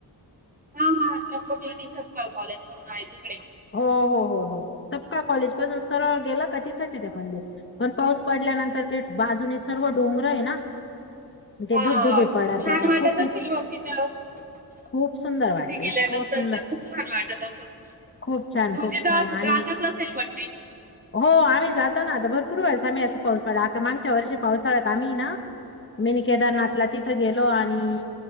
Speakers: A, on the right; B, on the left.
A: हा हा त्र्यंबकला दि सकाळ कॉलेज म्हणून आहे तिकडे
B: हो हो हो हो सबका कॉलेज पासून सरळ गेलं का तिथंच ते मंदिर पण पाऊस पडला पडल्यानंतर ते बाजूने सर्व डोंगर आहे ना ते
A: हा
B: धबधबे
A: खूप
B: पडत्या
A: छान वाटत
B: खूप इत
A: असेल मग तिथ तिथे
B: खूप सुंदर वाटतं इतकं
A: गेल्यानंतर
B: सुंदर
A: तर खूप छान वाटत असं तुमची
B: खूप छान खूप
A: तर
B: छान आणि
A: राहतच असेल मटे
B: हो आम्ही जातो ना आता भरपूर पास आम्ही असं पाऊस पडला आता मागच्या वर्षी पावसाळ्यात आम्ही ना मीनी केदारनाथला
A: हा.
B: तिथं गेलो आणि